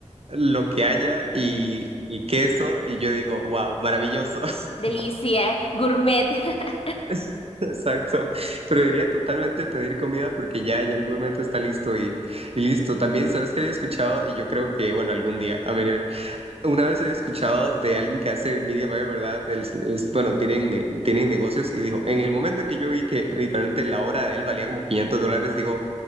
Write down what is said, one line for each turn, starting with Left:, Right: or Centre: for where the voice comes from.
Right: lo que haya y, y queso y yo digo, wow, maravilloso. <laughs>
Left: Delicia, gourmet. <laughs>
Right: <laughs> Es- Exacto, pero diría totalmente pedir comida porque ya, ya el gourmet está listo y, y listo. También, ¿sabes qué había escuchado? Y yo creo que, bueno, algún día, a ver, a ver, una vez había escuchado de alguien que hace media buyer, ¿verdad? Él sí, es- bueno, tienen, ne- tienen negocios y dijo, en el momento en que yo vi que literalmente la hora de él valía como 500 dólares, dijo,